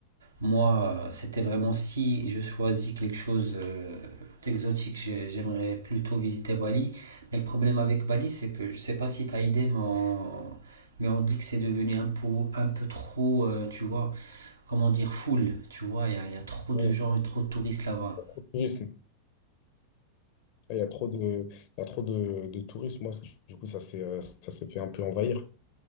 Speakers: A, on the right; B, on the left.
A: Moi, euh, c'était vraiment si je choisis quelque chose euh, d'exotique, j'aimerais plutôt visiter Bali. Mais le problème avec Bali, c'est que je ne sais pas si tu as idée, mais on, mais on dit que c'est devenu un peu, un peu trop, euh, tu vois, comment dire, full. Tu vois, il y a, y a trop
B: ouais,
A: de gens et trop de touristes là-bas.
B: au tourisme. Il y a trop de, il y a trop de, de tourisme. Moi, c'est- du coup, ça s'est, euh, ça s'est fait un peu envahir.